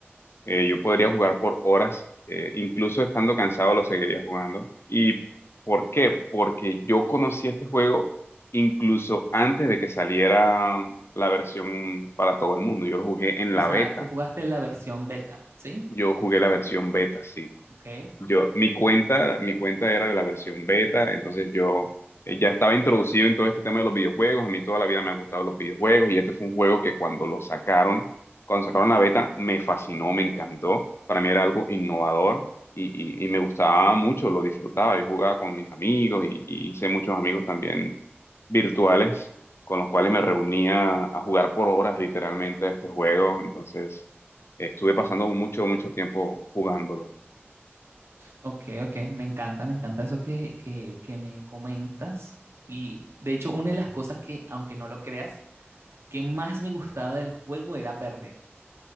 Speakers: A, on the left; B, on the right.
A: eh, yo podría jugar por horas, eh, incluso estando cansado lo seguiría jugando. ¿Y por qué? Porque yo conocí este juego incluso antes de que saliera la versión para todo el mundo. Yo lo jugué en
B: O
A: la
B: sea,
A: beta.
B: tú jugaste la versión beta, ¿sí?
A: Yo jugué la versión beta, sí.
B: Ok,
A: Yo, mi cuenta, mi cuenta era de la versión beta, entonces yo eh, ya estaba introducido en todo este tema de los videojuegos. A mí toda la vida me han gustado los videojuegos y este fue un juego que cuando lo sacaron, cuando sacaron la beta, me fascinó, me encantó. Para mí era algo innovador y, y- y me gustaba mucho, lo disfrutaba. Yo jugaba con mis amigos y, y hice muchos amigos también virtuales con los cuales me reunía a jugar por horas literalmente a este juego. Entonces, estuve pasando mucho, mucho tiempo jugándolo.
B: ok, ok, me encanta, me encanta eso que, que, que me comentas. Y de hecho, una de las cosas que, aunque no lo creas, que más me gustaba del juego era perder,